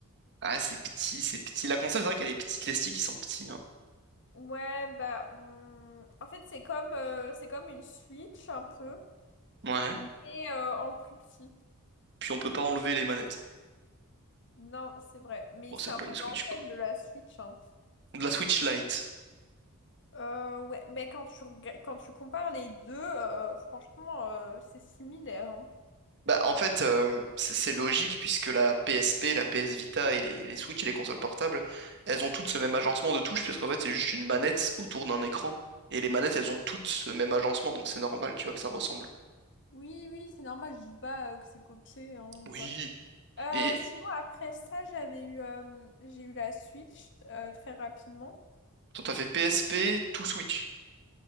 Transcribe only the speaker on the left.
Ouais, bah, hmm, en fait, c'est comme, euh, c'est comme une Switch un peu,
mais euh, en plus petit.
Non, c'est vrai, mais
c'est
un
peu
l'ancêtre
de la Switch. hein.
Euh, ouais, mais quand tu, rega- quand tu compares les deux, euh, franchement, euh, c'est similaire. hein.
Oui, oui, c'est normal, je dis pas euh, que c'est copié hein, ou
quoi. Euh,
sinon, après ça, j'avais eu, euh, j'ai eu la Switch euh, très rapidement.